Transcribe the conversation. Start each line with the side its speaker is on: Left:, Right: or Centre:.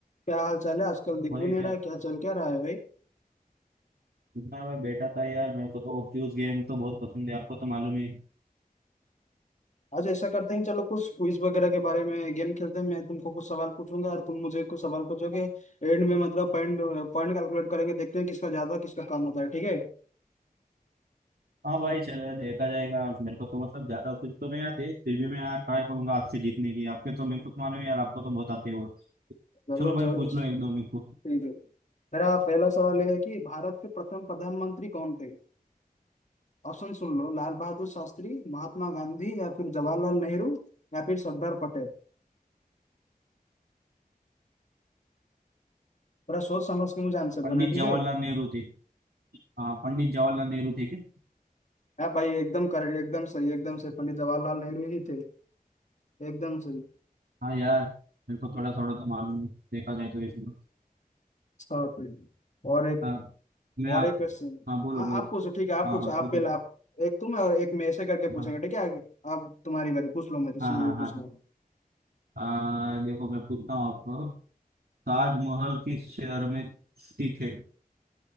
Left: क्या हाल चाल है आजकल दिख
Right: भाई
Left: भी नहीं
Right: क्या
Left: रहा है क्या चल क्या रहा है भाई
Right: इतना मैं बैठा था यार मेरे को तो फ्यूज गेम तो बहुत पसंद है आपको तो मालूम है
Left: आज ऐसा करते हैं चलो कुछ क्विज वगैरह के बारे में गेम खेलते हैं मैं तुमको कुछ सवाल पूछूंगा और तुम मुझे कुछ सवाल पूछोगे एंड में मतलब पॉइंट पॉइंट कैलकुलेट करेंगे देखते हैं किसका ज्यादा किसका कम होता है ठीक है
Right: हाँ भाई चलो देखा जाएगा मेरे को तो मतलब ज्यादा कुछ तो नहीं आते फिर भी मैं यार ट्राई करूंगा आपसे जीतने की आपके तो मेरे को तो मालूम है यार आपको तो बहुत आते हो
Left: जरूर
Right: चलो भाई
Left: जरूर
Right: पूछ लो एक दो मेरे को
Left: ठीक है मेरा पहला सवाल ये है कि भारत के प्रथम प्रधानमंत्री कौन थे ऑप्शन सुन लो लाल बहादुर शास्त्री महात्मा गांधी या फिर जवाहरलाल नेहरू या फिर सरदार पटेल थोड़ा सोच समझ के मुझे आंसर
Right: पंडित
Left: देना ठीक
Right: जवाहरलाल
Left: है
Right: नेहरू थे हाँ पंडित जवाहरलाल नेहरू थे क्या
Left: हाँ भाई एकदम कर एकदम सही एकदम सही पंडित जवाहरलाल नेहरू ही थे एकदम सही
Right: हाँ यार मेरे को थोड़ा थोड़ा तो मालूम है देखा जाए तो इसमें
Left: अच्छा फिर और एक
Right: हाँ मैं
Left: और
Right: आप
Left: एक क्वेश्चन
Right: हाँ बोलो
Left: हाँ
Right: बोलो
Left: आप पूछो ठीक है आप
Right: हाँ
Left: पूछो
Right: हाँ
Left: आप
Right: ठीक
Left: पहले
Right: है
Left: आप एक तुम और एक मैं ऐसे करके पूछेंगे
Right: हाँ
Left: ठीक है आप तुम्हारी बारी पूछ लो मेरे से
Right: हाँ
Left: जो
Right: हाँ
Left: भी पूछ
Right: हाँ हाँ
Left: लो
Right: आ, देखो मैं पूछता हूँ आपको ताजमहल किस शहर में स्थित है